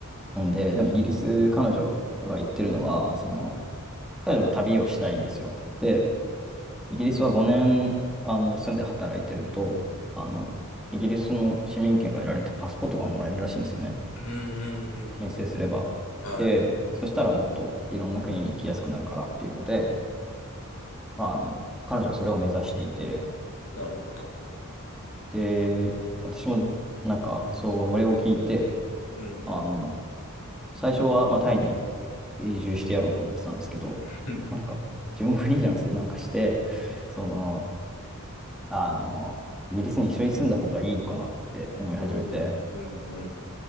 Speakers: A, in the centre; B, on the left.
A: ほんで、でもイギリス、彼女が言ってるのは、その、彼女も旅をしたいんですよ。で、イギリスは5年、あの、住んで働いてると、あの、イギリスの市民権が得られて、パスポートがもらえるらしいんですよね。
B: うん。うん。
A: 申請すれば。
B: うん。はい。
A: で、そしたらもっといろんな国に行きやすくなるからっていうので、まあ、あの、彼女はそれを目指していて、
B: なるほど。
A: で、私もなんか、それを聞いて、
B: うん、うん。
A: あの、最初は、まあ、タイに永住してやろうと思ってたんですけど、
B: う
A: まあ、なんか、自分フリーランスでなんかして、その、あの、イギリスに一緒に住んだ方がいいのかなって思い始めて、
B: ん、うん、うん。